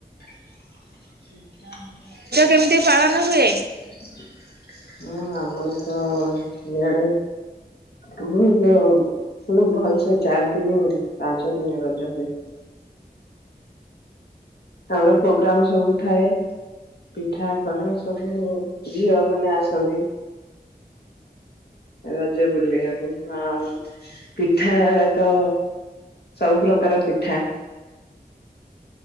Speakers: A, on the left; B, on the right.
A: ଆଜି ଆଣିଛନ୍ତି ଇଁ ଆଜି ଆଣିଛନ୍ତି
B: କେମିତି ପାଳନ ହୁଏ?
A: ଇଁ ହଁ ଆମର ତ ଇଆଡେ ବହୁତ ମ ଭଲସେ ଚାରି ଦିନ ପାଞ୍ଚ ଦିନ ରଜ ହୁଏ। ଆମର ପ୍ରୋଗ୍ରାମ ସବୁ ଥାଏ ପିଠାପଣା ସବୁ ଝିଅ ମାନେ ଆସନ୍ତି ରଜ ବୁଲିବାକୁ ଆଉ ପିଠା ତ ସବୁ ପ୍ରକାର ପିଠା